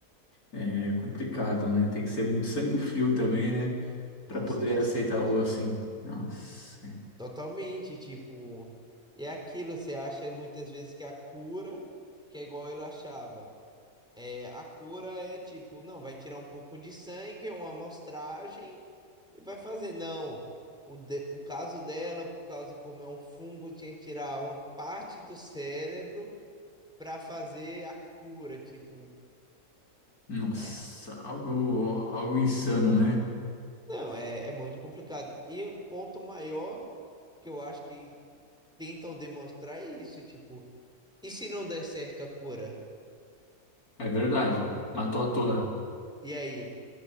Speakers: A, on the left; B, in the centre.
A: É complicado, né? Tem que ser muito sangue frio também, né?
B: Nossa,
A: Pra poder
B: bastante.
A: aceitar algo assim. Nossa, é.
B: Totalmente, tipo... E é aquilo, você acha muitas vezes que a cura, que é igual ele achava. É, a cura é tipo, não, vai tirar um pouco de sangue, é uma amostragem e vai fazer. Não, o, de- o caso dela, por causa como é um fungo, tinha que tirar uma parte do cérebro para fazer a cura, tipo.
A: nossa,
B: É,
A: algo, algo insano, né?
B: não, é, é muito complicado. E o ponto maior que eu acho que tentam demonstrar é isso, tipo, e se não der certo a cura?
A: É verdade. Matou à toa.
B: E aí,